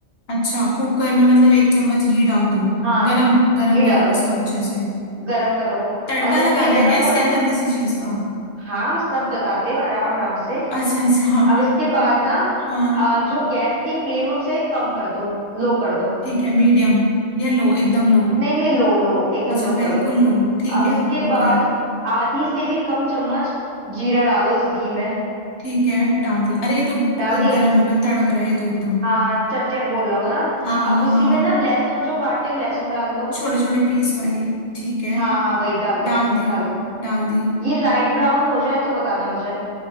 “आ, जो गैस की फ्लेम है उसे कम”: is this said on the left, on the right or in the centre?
Right